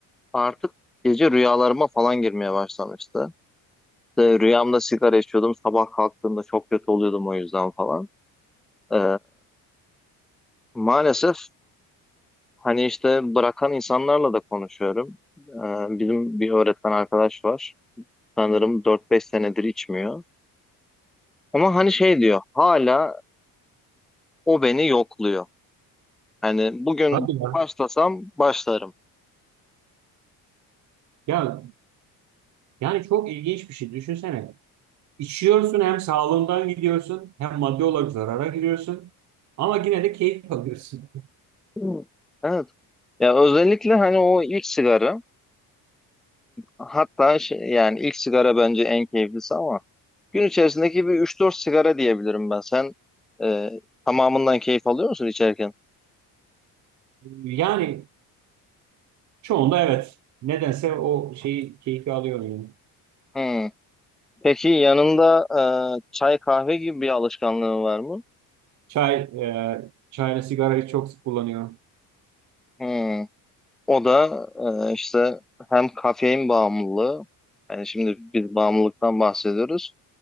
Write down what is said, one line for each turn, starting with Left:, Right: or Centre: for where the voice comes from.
Centre: artık gece rüyalarıma falan girmeye başlamıştı. İşte rüyamda sigara içiyordum, sabah kalktığımda çok kötü oluyordum o yüzden falan. E, maalesef hani işte bırakan insanlarla da konuşuyorum. E, bizim bir öğretmen arkadaş var. Sanırım dört beş senedir içmiyor. Ama hani şey diyor, hala O beni yokluyor. Hani bugün
Right: Hadi ya.
Centre: başlasam başlarım.
Right: Ya yani çok ilginç bir şey. Düşünsene. İçiyorsun hem sağlığından gidiyorsun hem maddi olarak zarara giriyorsun. Ama yine de keyif alıyorsun.
Centre: Hı. Evet. Ya özellikle hani o ilk sigara hatta şey, yani ilk sigara bence en keyiflisi ama gün içerisindeki bir üç dört sigara diyebilirim ben. Sen e, tamamından keyif alıyor musun içerken?
Right: Yani çoğunda evet. Nedense o şeyi keyfi alıyorum. yani.
Centre: Hmm. Peki yanında e, çay kahve gibi bir alışkanlığın var mı?
Right: Çay, e, çayla sigarayı çok sık kullanıyorum.
Centre: Hmm. O da e, işte hem kafein bağımlılığı yani şimdi biz bağımlılıktan bahsediyoruz.